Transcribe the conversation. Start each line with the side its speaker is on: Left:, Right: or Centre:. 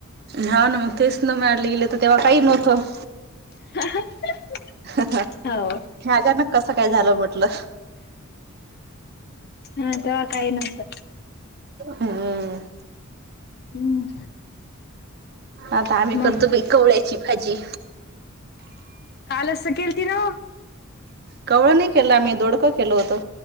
Right: हा न मग तेच न <unintelligible> इले त तेव्हा काही नव्हतं.
Left: <unintelligible>
Right: हे
Left: हो
Right: अचानक कसं काय झालं म्हटलं.
Left: हा तेव्हा काही नव्हतं.
Right: हम्म.
Left: हम्म.
Right: आता आम्ही
Left: मग
Right: करतो बाई कवळ्याची भाजी.
Left: कालच तर केलती ना‌ ओ.
Right: कवळ नाही केलं आम्ही दोडकं केलं होतो.